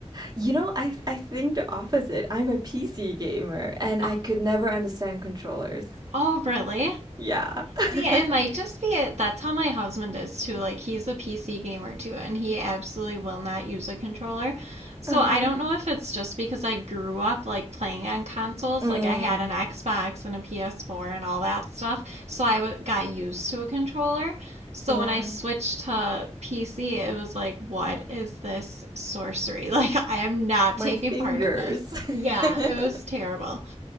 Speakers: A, on the right; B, on the right.
A: You know, I I think the opposite. I'm a PC gamer and I
B: Oh,
A: could never understand controllers.
B: oh really?
A: Yeah. <laughs>
B: Yeah, it might just be it. That's how my husband is too. Like, he's a PC gamer too, and he absolutely will not use a controller. So
A: Uh-huh.
B: I don't know if it's just because I grew up like playing on consoles.
A: Mm,
B: Like, I had an Xbox and a PS4 and all that stuff. So I w- got used to a controller. So
A: yeah.
B: when I switched to PC, it was like, what is this sorcery? <laughs> Like, I am not
A: <laughs>
B: taking
A: My fingers.
B: part in this. Yeah,
A: <laughs>
B: it was terrible.